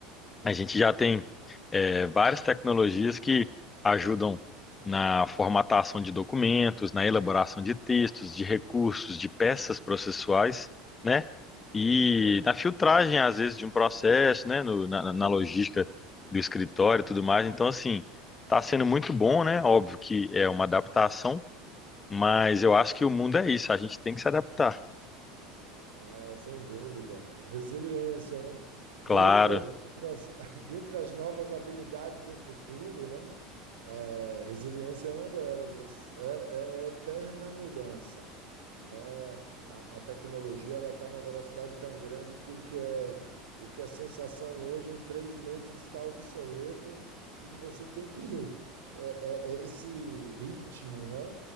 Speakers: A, on the left; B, on the right.
A: a gente já tem eh, várias tecnologias que ajudam na formatação de documentos, na elaboração de textos, de recursos, de peças processuais, né? E na filtragem, às vezes, de um processo, né? No- na, na logística do escritório e tudo mais. Então, assim, está sendo muito bom, né? Óbvio que é uma adaptação, mas eu acho que o mundo é isso, a gente tem que se adaptar.
B: É, sem dúvida. Resiliência, né? Dentre
A: Claro,
B: as novas, <laughs> dentre as novas habilidades do futuro, né? É, resiliência é uma delas. Você- É, é é eterna mudança, né? A, a tecnologia ela está numa velocidade tão grande que o que é o que é sensação hoje em três meses está obsoleto e você tem que é, é- é esse ritmo, né?